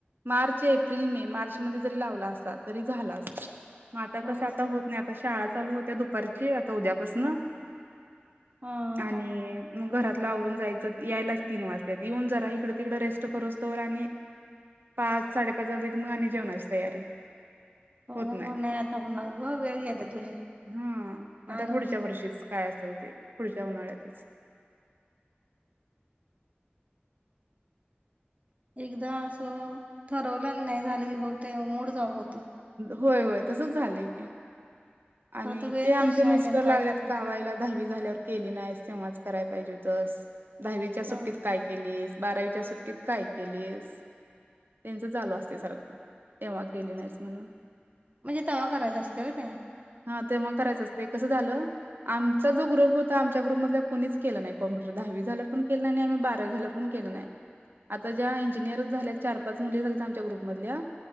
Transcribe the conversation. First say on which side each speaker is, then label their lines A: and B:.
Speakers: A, on the right; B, on the right.
A: मार्च, एप्रिल, मे मार्च मध्ये जरी लावला अस ता तरी झालं असतं मं आता कस
B: होयच
A: आता होतं
B: की
A: नाही आता शाळा चालू होत्या दुपारची आता उद्यापसन
B: हा
A: आणि
B: हा
A: मग घरातला आवरून जायचं यायलाच तीन वाजता येऊन जरा इकडं तिकडं रेस्ट करुसतोवर आणि पाच साडेपाच वाजे मग आणि जेवणाची तयारी.
B: होय
A: होत नाही
B: मग आता होणार ग वेळ गेला तुझी
A: हा
B: काय
A: आता
B: नव्हच
A: पुढच्या वर्षीच. काय असेल ते पुढच्या उन्हाळ्यातच.
B: एकदा असं ठरवल्या नाही झालं की बघते मूडच ऑफ होतोय.
A: होय होय तसच झालंय की. आणि
B: खरं तर वेळच
A: ते आमचे
B: अशी आली
A: मिस्टर
B: आणि काय
A: लागलेत
B: करणार
A: कावायला दहावी झाल्यावर केली नाही तेव्हाच कराय पाहिजे होतस दहावीच्या सुट्टीत
B: हा
A: काय केलीस बारावीच्या सुट्टीत काय केलीस. त्यांचं चालू असते सारखं तेव्हा केले नाहीस म्हणून.
B: म्हणजे तेव्हा करायचं असते व्हय ते?
A: हा तेव्हा करायचं असतय कसं झालं. आमचा जो ग्रुप होता आमच्या ग्रुपमधल्या कोणीच केला नाही कम्प्युटर दहावी झाल्यावर पण केलं नाही आणि बारावी झाल्या वर पण केलं नाही. आता ज्या इंजिनियर झाल्या चार पाच मुली झाल्यात आमच्या ग्रुपमधल्या.